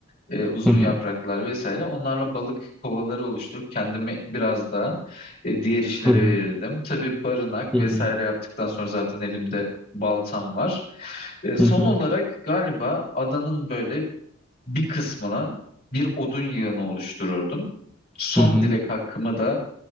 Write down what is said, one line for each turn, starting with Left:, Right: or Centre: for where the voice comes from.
Left: e, uzun
Centre: hı hı,
Left: yapraklar vesaire onlarla balık kovaları oluşturup kendimi biraz daha e, diğer işlere
Centre: hı hı,
Left: verirdim. Tabii barınak
Centre: hı
Left: vesaire
Centre: hı,
Left: yaptıktan sonra zaten elimde baltam var. E, son
Centre: hı hı,
Left: olarak galiba adanın böyle bir kısmına bir odun yığını oluştururdum. Son
Centre: hı hı,
Left: dilek hakkımı da